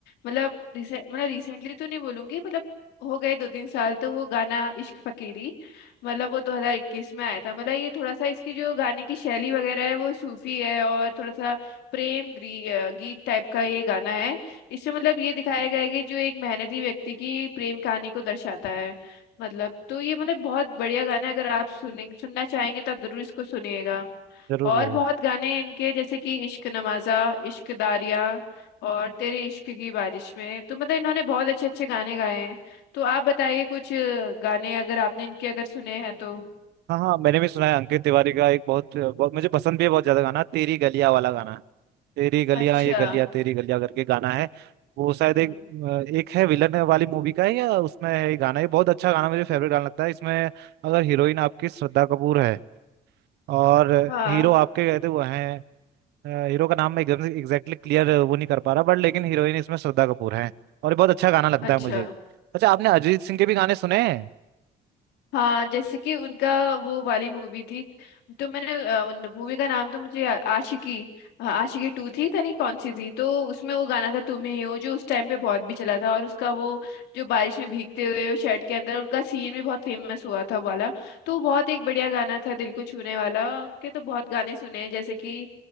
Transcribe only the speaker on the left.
मतलब रिसे, मतलब रिसेंटली तो नहीं बोलूंगी मतलब हो गए दो तीन साल तो वो गाना इश्क फकीरी मतलब वो 2021 में आया था मतलब ये थोड़ा सा इसकी जो गाने की शैली वगैरह है वो सूफी है और थोड़ा सा प्रेम ग्री, अ, गीत टाइप का ये गाना है इससे मतलब ये दिखाया गया है कि जो एक मेहनती व्यक्ति की प्रेम कहानी को दर्शाता है मतलब तो ये मतलब बहुत बढ़िया गाना है अगर आप सुनेंगे सुनना चाहेंगे तो आप जरूर इसको सुनिएगा
और
बहुत गाने इनके जैसे कि इश्क नवाजा इश्क दारिया और तेरे इश्क की बारिश में तो मतलब इन्होंने बहुत अच्छे अच्छे गाने गाए हैं तो आप बताइए कुछ अ, गाने अगर आपने इनके अगर सुने हैं तो
अच्छा
हम्म
हाँ
अच्छा
हाँ जैसे कि उनका वो वाली मूवी थी तो मैंने अ, उन मूवी का नाम तो मुझे आ- आशिकी हाँ, आशिकी टू थी था नहीं कौन सी थी तो उसमें वो गाना था तुम ही हो जो उस टाइम पे बहुत भी चला था और उसका वो जो बारिश में भीगते हुए वो शर्ट के अंदर उनका सीन भी बहुत फेमस हुआ था वो वाला तो वो बहुत एक बढ़िया गाना था दिल को छूने वाला उनके तो बहुत गाने सुने हैं जैसे कि